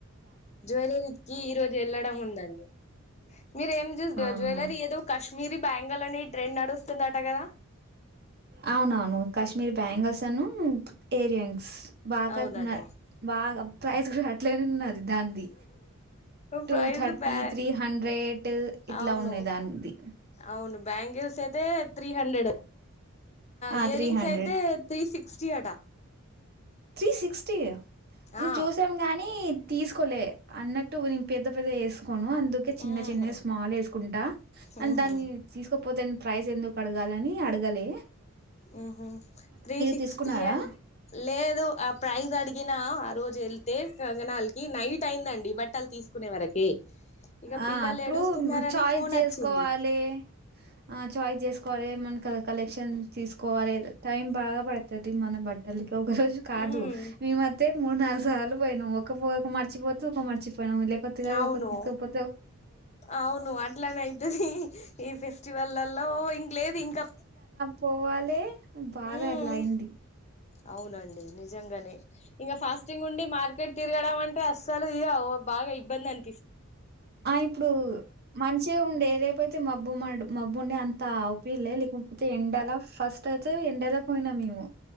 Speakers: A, on the left; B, on the right.
A: జువెలరీకిి ఈరోజు వెళ్ళడం ఉందండి మీరేం చేూ
B: ఆహా
A: జ్యవలరీ ఏదో కాశ్మీర బెంగాల్ అని ఈ ట్రెండ్ నడుస్తుందట కదా
B: అవునవును కాశ్మీర్ బ్యాంగల్స్ను ఏరియన్స్ బాగా
A: అవునట
B: బాగా ప్రైస్ కూడా అట్లనే ఉన్నది దానిది టూ
A: ప్రైజ్
B: థర్టీ
A: బ్యా
B: త్రీ హండ్రెడ్ ఇట్లా
A: అవును
B: ఉన్నాయి దానిది
A: అవును బ్యాంగిల్స్ అయితే త్రీ హండ్రెడ్
B: ఆ
A: ఇయర్
B: త్రీ
A: రింగ్స్
B: హండ్రెడ్
A: అయితే త్రీ సిక్స్టీ అట
B: త్రీ సిక్స్టీ నేను
A: ఆ
B: చూసాం గానీ తీసుకోలే అన్నట్టు నను పెద్ద పెద్ద వేసుకో ను అందుకే చిన్న
A: ఉహు
B: చిన్న స్మాల్ వేసుకుంటా అం
A: ఉహు
B: దాన్ని తీసుకోపోతే ప్రైస్ ఎందుకు కడగాలని అడగాలి
A: ఉహు త్రీ సిక్స్టీ
B: తీసుకున్నారా
A: అం లేదు ప్రైజ్ అడ్గ నా ఆ రోజు వెళ్తే అనా అ ఈ నైట్ అయిందండి బట్ అలు తీసుకు కునే వరకి ఇక
B: ఆ
A: పిల్లలు
B: ఇప్పుడు
A: ఏడుస్తున్నారని
B: చాయిస్
A: ఫోన్
B: చేసుకోవాలి
A: వచ్చింది
B: ఆ చాయిస్ చేసుకోవాలి మన కలెక్షన్ తీసుకోవాలి టైం బాగా పడుతుంది మనం బట్టలకి ఒక రోజు కాదు
A: ఉమ్
B: మేమత్తె మూడు నాలుగు సార్లు పోయినా్ ఒక ఒక మచపోతతు ఒక మర్చిపో లేకపోగా
A: అవును
B: ఒక తీసుకపో
A: అవును అట్లనే అవుతుంది ఈ ఫెస్టివల్లో ఇంక లేదు ఇంకా
B: పోవాలే బాగా
A: ఉమ్
B: ఏట్ల అయింది
A: అవునండి నిజంగానే ఇంకా ఫాస్టింగ్ ఉండి మార్ క్క తిరగడం అంటే అసలు ఇ బాగా ఇబ్బంది అంత
B: ఆ ఇప్పుడు మంచిగా ఉండే రేపోయితే మబ్బ బ్బు మా మబ్బు ఉండే అంత అవుపిల్లే లేకపోతే ఎండలా ఫస్ట్ అయితే ఎండలా పోయినా మేము